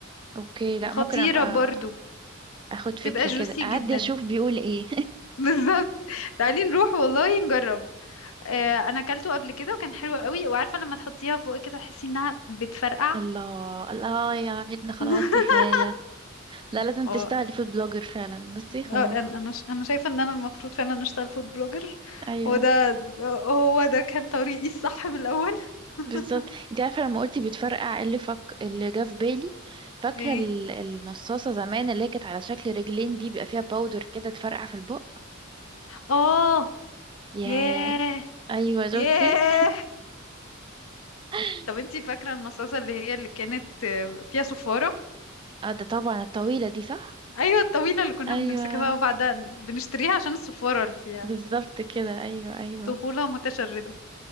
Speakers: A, on the right; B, on the left.
A: اوكي لا ممكن
B: خطيرة
A: ابقى
B: برضو
A: اخد فكرة
B: بتبقى جوسي
A: كده اعدي
B: جدا
A: اشوف بيقول ايه
B: <laughs> بالظبط تعالي نروح والله نجرب آه انا اكلته قبل كده وكان حلو قوي وعارفة لما تحطيها في بقك كده تحسي انها بتفرقع
A: <laughs> الله الله يا ميرنا خلاص
B: <laughs>
A: كفاية لا لازم
B: اه
A: تستاهلي فود بلوجر فعلا بصي
B: اه
A: خلاص
B: انا انا ش- انا شايفه ان انا المفروض فعلا اشتغل فود بلوجر
A: ايوه
B: هو ده هو ده كان طريقي الصح من الاول <laughs>
A: بالظبط انت عارفة لما قلتي بتفرقع إيه اللي فك اللي جه في بالي فاكرة
B: ايه
A: ال- المصاصة زمان اللي هي كانت على شكل رجلين دي بيبقى فيها باودر كده تفرقع في البق
B: اه
A: يا
B: ياه
A: ايوه شفتي
B: ياه
A: <laughs>
B: طب انتي فاكره المصاصه اللي هي اللي كانت آه، فيها صفاره
A: اه ده طبعا الطويلة دي صح
B: ايوه الطويله اللي كنا
A: ايوه
B: بنمسكها بقى وبعدها بنشتريها عشان الصفاره اللي فيها
A: بالظبط كده ايوه ايوه
B: طفوله متشرده